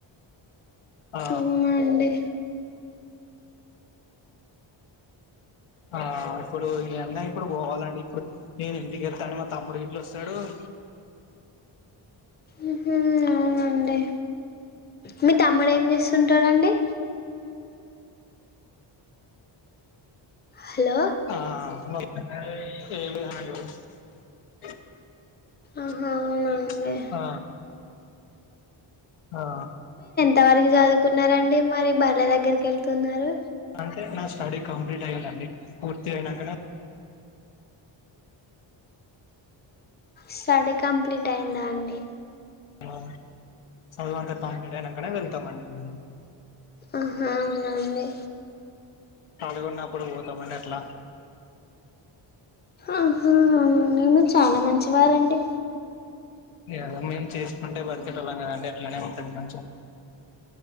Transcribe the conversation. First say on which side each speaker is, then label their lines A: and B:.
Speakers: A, on the left; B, on the left.
A: ఆ
B: అవునండి
A: ఆ ఇప్పుడు ఈ అన్న ఇప్పుడు పోవాలండి ఇప్పుడు నేను ఇంటికెళ్తాను మా తమ్ముడు ఇట్లోస్సడు <inaudible>
B: ఉహు ఔనండి మీ తమ్ముడేం జేస్తుంటాడండి హలో
A: ఆ <unintelligible>
B: ఆహా అవునండి
A: ఆ హా
B: తవరకు జదువుకున్నారండి మరి బర్ల దగ్గర్కెళ్తున్నారు
A: అంటే నా స్టడీ కంప్లీటైందండి పూర్తైనంకనే
B: స్టడీ కంప్లీటైందాండి
A: మం సదువంత కంప్లీటైనంకనే వెళ్తామండి మేము
B: ఆహా ఔన అండి
A: కాలీగున్నప్పుడు పోతామండి అట్లా
B: ఆహా అవునండి మీరు చాలా మంచివారండి
A: ఏదో మేము చేస్కుంటే బత్కేటోళ్ళం గదండి అట్లానే ఉంటం కొంచం